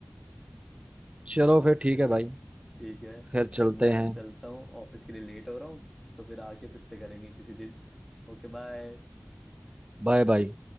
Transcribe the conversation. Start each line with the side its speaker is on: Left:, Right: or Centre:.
Right: चलो
Centre: <laughs>
Right: फिर ठीक
Centre: चलो
Right: है भाई
Centre: ठीक है
Right: फिर चलते
Centre: अब मैं
Right: हैं
Centre: चलता हूँ ऑफिस के लिए लेट हो रहा हूँ तो फिर आके फिर से करेंगे किसी दिन Okay bye
Right: Bye bye